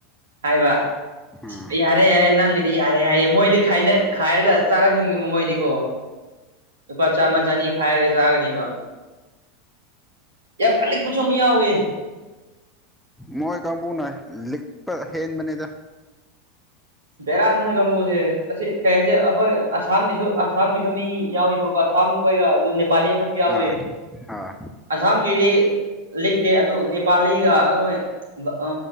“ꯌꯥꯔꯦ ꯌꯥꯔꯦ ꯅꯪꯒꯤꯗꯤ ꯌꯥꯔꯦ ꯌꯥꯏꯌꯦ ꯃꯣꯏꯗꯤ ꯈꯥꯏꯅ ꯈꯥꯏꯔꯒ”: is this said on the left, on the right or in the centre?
Right